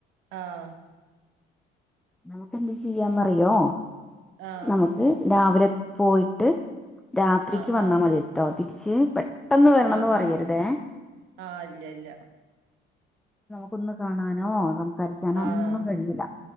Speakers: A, on the right; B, in the centre.
A: ആഹ്.
B: നമുക്കെന്ത് ചെയ്യാംന്നറിയോ
A: ആഹ്
B: നമു രാവിലെ പോയിട്ട് രാത്രിക്ക്
A: ആഹ്
B: വന്നാ
A: ആഹ് ആഹ്
B: മതി ട്ടോ തിരിച്ച് പെ ട്ടെന്ന് വരണംന്ന്
A: ആഹ്
B: പറയരുതേ.
A: ആഹ് ആഹ് ഇല്ല ഇല്ല
B: ക്കൊന്ന് കാണാനോ സംസാരിക്കാനോ
A: ആഹ്
B: ഒന്നും കഴിയൂല്ല.